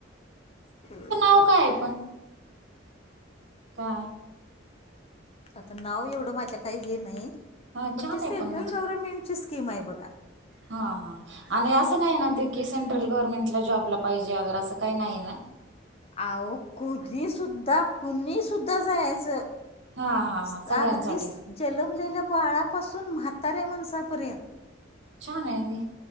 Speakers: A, on the left; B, on the right.
A: हम्म.
B: ओ काय पण. का
A: आता नाव एवढं माझ्या काही हे नाही
B: हा
A: पण
B: छान
A: ती सेंट्रल
B: आहे म्हणजे
A: गवर्नमेंटची स्कीम आहे बघा.
B: हा हा. आणि असं नाही ना ते की सेंट्रल गव्हर्नमेंटला जॉबला पाहिजे अगर असं काही नाही ना?
A: अहो कोधी सुद्धा कुनी सुुद्धा जायचं.
B: हा हा
A: स
B: हा सगळ्यांसाठी
A: अगदीच जनमलेल्या बाळापासून म्हाताऱ्या माणसापर्यंत
B: छान आहे आणि.